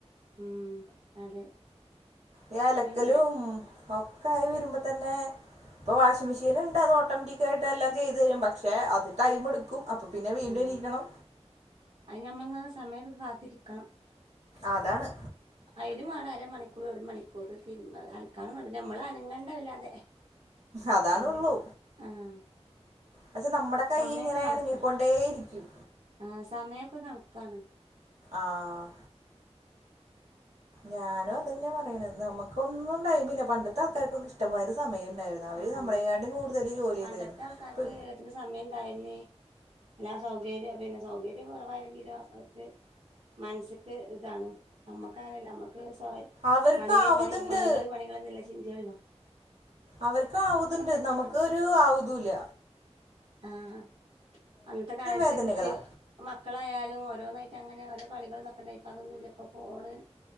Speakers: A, on the right; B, on the right.
A: ഉം അതെ
B: ഈ അലക്കലും
A: പിന്നെ
B: ഒക്കായി വര്മ്പോ തന്നെ പ്പൊ വാഷി മിഷീൻ ണ്ട് അതോട്ടോമറ്റിക്കായിട്ട് എല്ലാം ചെയ്തേരും പക്ഷെ അത് ടൈം ട്ക്കും അപ്പൊ പിന്നെ വീണ്ടും
A: ആഹ്
B: ഇരിക്കണം
A: അയ്നമ്മൾങ്ങനെ സമയൊക്കെ കാത്തിരിക്കണം
B: അതാണ്
A: അയ്നും മാണം അരമണിക്കൂർ ഒരു മണിക്കൂർ തിര്മ്പാൻ അൽക്കാനും മാണം പിന്നെ മ്മൾ അനങ്ങണ്ട വല്ലാതെ
B: അതാണൊള്ളൂ
A: നമ്മള് ആഹ്
B: പക്ഷെ നമ്മുടെ കൈങ്ങനെ
A: സമയൊക്കെ കണക്കാ
B: അനങ്ങിക്കൊണ്ടേ ഇരിക്കും
A: ആഹ് സമയൊക്കെ കൺക്കാണ്
B: ആഹ് ഞാനും അത്ന്നെ പറയണ് നമുക്കൊന്നും ൈമില്ല പണ്ടത്തെ ആൾക്കാർക്ക ഇഷ്ടംമാരു സമയം ഉണ്ടായിരുന്നു അവര്
A: ആഹ
B: നമ്മളെക്കാട്ടും കൂടുതൽ ജോലി
A: പണ്ടത്തെ
B: ചെയ്തായിരുന്നു
A: ആൾക്കാർക്ക്
B: ഇപ്പ
A: എല്ലത്തിന് സമയം എന്തായിന്ന് എല്ലാ സൗകര്യ പിന്നെ സൗകര്യ കുറവാരങ്കിലും അവർക്ക് മനസ്സക്ക് ഇതാണ് നമ്മുക്ക് അങ്ങനെല്ല നമ്മക്ക്
B: അവർക്ക്
A: പണി
B: ആവുതുണ്ട്
A: പണി പണികൾ പണികളന്നല്ല ചിന്തയല്ലോ
B: അവർക്ക ആവതുണ്ട്
A: തന്നെ
B: നമുക്ക് ഒരു ആവതല്ല
A: ആഹ അന്നത്തെ കാലത്ത്
B: വേദനകളാ
A: കുട്ടി മക്കളായാലും ഓരോന്നായിട്ട അങ്ങനെ ഇ കളികൾ നക്കണ്ട ഇപ്പൊ അതൊന്നുമ ഇപ്പോൊ ഫോണ്